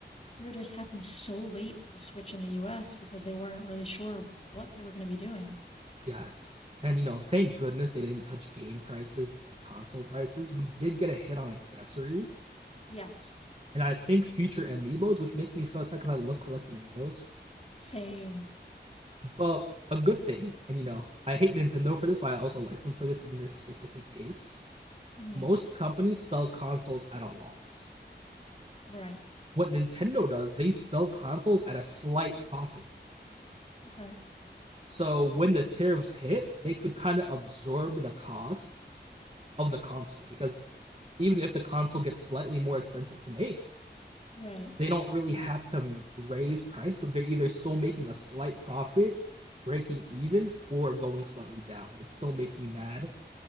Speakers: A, on the left; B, on the right.
A: pre-orders happened so late for the Switch in the US because they weren't really sure what they were going to be doing.
B: Yes. And you know, thank goodness they didn't touch game prices and console prices. We did get a hit on accessories
A: Yes.
B: and I think future amiibos, which makes me so sad because I love collecting amiibos.
A: Same.
B: But a good thing, and you know, I hate Nintendo for this, but I also like them for this in this specific case.
A: hmm
B: Most companies sell consoles at a loss.
A: Right.
B: what Nintendo does, they sell consoles at a slight profit.
A: Okay.
B: So when the tariffs hit, they could kind of absorb the cost of the console because even if the console gets slightly more expensive to make,
A: Right.
B: they don't really have to raise price because they're either still making a slight profit, breaking even, or going slightly down. It still makes me mad